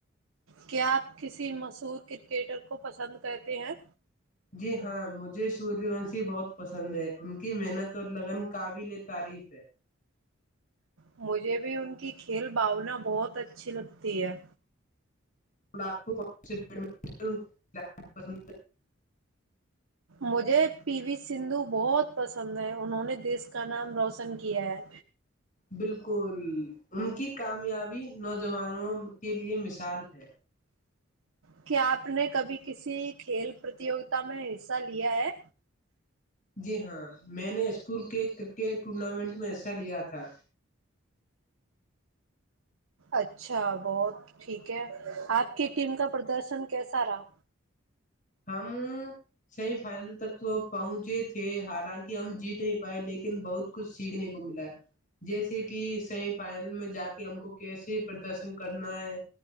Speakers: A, on the right; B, on the left.
A: کیا آپ کسی مشہور کرکٹر کو پسند کرتے ہیں
B: جی ہاں مجھے سوریہ وونشی بہت پسند ہے ان کی محنت اور لگن قابل تعریف ہے
A: مجھے بھی ان کی کھیل بھاونا بہت اچھی لگتی ہے
B: اور آپ کو کون سے بیڈٹ پند
A: مجھے پی وی سندو بہت پسند ہے انہوں نے دیس کا نام روشن کیا ہے
B: بالکل ان کی کامیابی نوجوانوں کے لیے مثال ہے
A: کیا آپ نے کبھی کسی کھیل پرتوگتا میں حصہ لیا ہے
B: جی ہاں میں نے اسکول کے کرکٹ ٹورنامنٹ میں حصہ لیا تھا
A: اچھا بہت ٹھیک ہے آپ کی ٹیم کا پردرشن کیسا رہا
B: ہم سیمی فائنل تک تو پہنچے تھے حالانکہ ہم جیت نہیں پائے لیکن بہت کچھ سیکھنے کو ملا جیسے کہ سیمی فائنل میں جا کے ہم کو کیسے پردرشن کرنا ہے